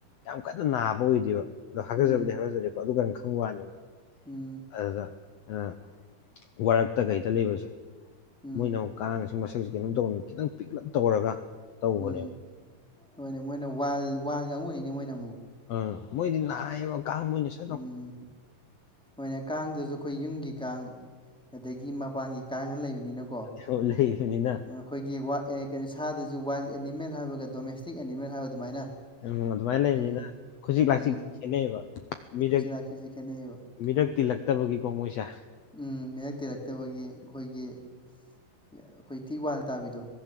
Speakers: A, on the left (about 70°); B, in the centre.
A: ꯌꯥꯝ ꯀꯟꯅ ꯅꯥꯕ ꯑꯣꯏꯗꯦꯕ ꯑꯗꯣ ꯍꯥꯏꯒꯠꯆꯕꯗꯤ
B: ꯎꯝ
A: ꯍꯥꯏꯒꯠꯆꯔꯤꯀꯣ ꯑꯗꯨ ꯀꯩꯅ ꯈꯪꯕ ꯋꯥꯅꯦꯕ
B: ꯎꯝ꯫
A: ꯑꯗꯨꯗ ꯑꯥ ꯋꯥꯔꯛꯇ ꯀꯩꯗ ꯂꯩꯕꯁꯦ
B: ꯎꯝ
A: ꯃꯣꯏꯅ ꯑꯃꯨꯛ ꯀꯥꯡꯁꯨ ꯃꯁꯛꯁꯤ ꯀꯩꯅꯣ ꯇꯧꯕꯅꯤ ꯈꯤꯇꯪ ꯄꯤꯛꯂꯞ ꯇꯧꯔꯒ ꯇꯧꯕꯅꯦꯕ
B: ꯎꯝ ꯍꯣꯏꯅꯦ ꯃꯣꯏꯅ ꯋꯥꯜ ꯋꯥꯜ ꯀꯥꯡꯉꯨꯅꯤꯅꯦ ꯃꯣꯏꯅ ꯑꯃꯨꯛ
A: ꯑ ꯃꯣꯏꯗꯤ ꯅꯥꯏꯕ ꯀꯥꯡ ꯃꯣꯏꯅ ꯆꯤꯛ
B: ꯎꯝ꯫ ꯍꯣꯏꯅꯦ ꯀꯥꯡꯗꯨꯖꯨ ꯑꯩꯈꯣꯏ ꯌꯨꯝꯒꯤ ꯀꯥꯡ ꯑꯗꯒꯤ ꯃꯄꯥꯟꯒꯤ ꯀꯥꯡꯅ ꯂꯩꯕꯅꯤꯅꯀꯣ
A: ꯁꯣꯔ ꯂꯩꯕꯅꯤꯅ
B: ꯑꯩꯈꯣꯏꯒꯤ ꯋꯥꯠ ꯑꯦ ꯀꯩꯅꯣ ꯁꯥꯗꯖꯨ ꯋꯥꯏꯜ ꯑꯦꯅꯤꯃꯦꯜ ꯍꯥꯏꯕꯒ ꯗꯣꯃꯦꯁꯇꯤꯛ ꯑꯦꯅꯤꯃꯦꯜ ꯍꯥꯏꯕ ꯑꯗꯨꯃꯥꯏꯅ
A: ꯎꯝ ꯑꯗꯨꯃꯥꯏꯅ
B: ꯎꯝ
A: ꯂꯩꯕꯅꯤꯅ ꯈꯨꯖꯤꯛ
B: ꯎꯝ
A: ꯂꯥꯛꯁꯤꯛꯇꯤ ꯈꯦꯠꯅꯩꯕ ꯃꯤꯔꯛ
B: ꯑꯩꯈꯣꯏ ꯆꯤꯟꯖꯥꯛꯁꯤꯁꯦ ꯈꯦꯠꯅꯩꯌꯦꯕ
A: ꯃꯤꯔꯛ ꯇꯤꯜꯂꯛꯇꯕꯒꯤꯀꯣ ꯃꯣꯏꯁꯦ
B: ꯎꯝ ꯃꯤꯔꯛ ꯇꯤꯔꯛꯇꯕꯒꯤ ꯑꯩꯈꯣꯏꯒꯤ ꯑꯩꯈꯣꯏ ꯊꯤ ꯋꯥꯏꯜ ꯇꯥꯕꯤꯗꯣ